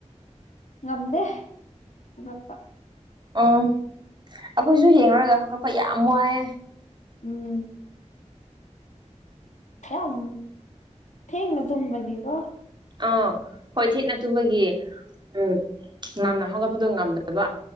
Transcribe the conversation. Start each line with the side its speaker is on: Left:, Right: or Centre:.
Left: ꯉꯝꯗꯦꯝꯕꯄ
Right: ꯎꯝ ꯑꯩꯈꯣꯏꯁꯨ ꯌꯦꯡꯅꯔꯒ ꯍꯧꯒꯠꯄ ꯌꯥꯝ ꯋꯥꯏꯑꯦ
Left: ꯎꯝ ꯌꯥꯝ ꯊꯦꯡꯡꯅ ꯇꯨꯃꯒꯤ ꯀꯣ
Right: ꯑꯥꯎ ꯍꯣꯏ ꯊꯦꯛꯠꯅ ꯇꯨꯝꯕꯒꯤ ꯎꯝ ꯉꯝꯅ ꯍꯧꯒꯠꯄꯗꯣ ꯉꯝꯗꯕ